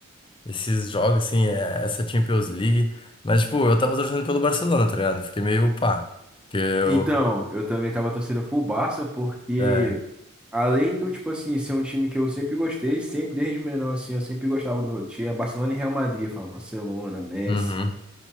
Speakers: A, on the left; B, in the centre.
A: esses jogos, assim, é- essa Champions League. Mas, tipo, eu tava torcendo pelo Barcelona, tá ligado? Fiquei meio pá. Porque eu.
B: Então, eu também tava torcendo pro Barça, porque
A: É.
B: além do, tipo assim, ser um time que eu sempre gostei, sempre desde menor, assim, eu sempre gostava do. Tinha Barcelona e Real Madrid, eu falava Barcelona, Messi,
A: Uhum.